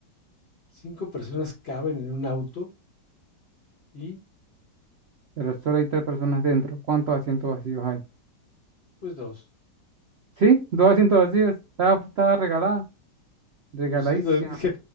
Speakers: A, on the left; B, on the right.
A: cinco personas caben en un auto y
B: Pero solo hay tres personas dentro. ¿Cuántos asientos vacíos hay?
A: pues dos.
B: Sí, dos asientos vacíos. Estaba, estaba regalada, regaladísima.
A: Pues sí, dos, <laughs> dije,